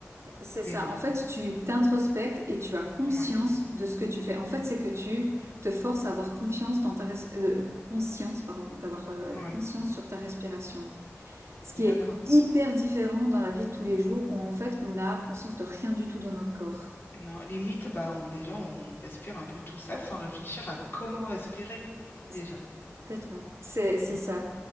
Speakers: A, on the right; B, on the left.
A: c'est
B: Déjà.
A: ça. En fait, tu t'introspectes et tu as conscience
B: Oui,
A: de ce que tu fais. En fait, c'est que tu te forces à avoir confiance dans ta res- euh, conscience, pardon, d'avoir euh, la
B: oui,
A: conscience sur ta respiration. Ce
B: d'accord.
A: qui est hyper différent dans la vie de tous les jours où en fait, on a conscience de rien du tout dans notre corps.
B: Non, limite, bah, on, déjà, on respire un peu tout seul sans réfléchir à comment respirer,
A: C'est-
B: déjà.
A: Complètement. C'est c'est
B: Mm.
A: ça.